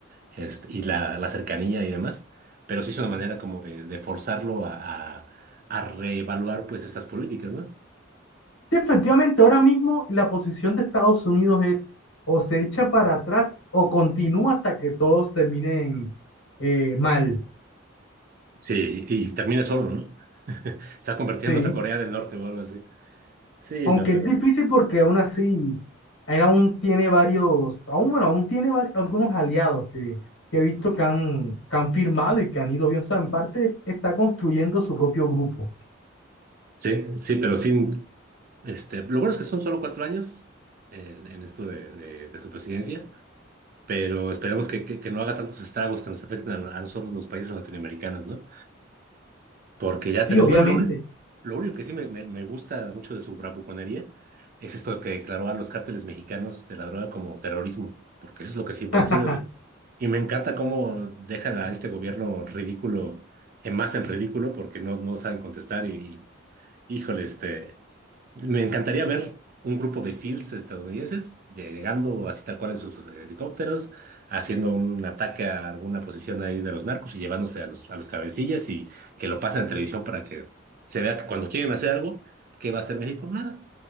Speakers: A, on the right; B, on the left.
A: este, y la, la cercanía y demás. Pero sí es una manera como de, de forzarlo a, a, a reevaluar pues estas políticas, ¿no?
B: Sí, efectivamente, ahora mismo la posición de Estados Unidos es o se echa para atrás o continúa hasta que todos terminen eh, mal.
A: Sí, y termina solo, ¿no? <laughs> Se ha convertido
B: Sí.
A: en otra Corea del Norte o algo así. Sí,
B: Aunque
A: no, pero
B: es difícil porque aún así, él aún tiene varios, aún bueno, aún tiene vari- algunos aliados que, que he visto que han, que han firmado y que han ido bien. O sea, en parte está construyendo su propio grupo.
A: sí, sí, pero sí. Este, lo bueno es que son solo cuatro años en, en esto de, de- de su presidencia, pero esperemos que, que- que no haga tantos estragos que nos afecten a, a nosotros los países latinoamericanos, ¿no? Porque ya tenemos,
B: Sí, obviamente.
A: bueno, lo, un- lo único que sí me, me- me gusta mucho de su bravuconería es esto que declaró a los cárteles mexicanos de la droga como terrorismo, porque eso es lo que siempre
B: <laughs>
A: han sido. Y, y me encanta cómo dejan a este gobierno ridículo, en más en ridículo, porque no, no saben contestar y Híjole, este, me encantaría ver un grupo de SEALs estadounidenses llegando así tal cual en sus helicópteros, haciendo un ataque a alguna posición ahí de los narcos y llevándose a los, a los cabecillas y que lo pasen en televisión para que se vea que cuando quieren hacer algo, ¿qué va a hacer México? Nada,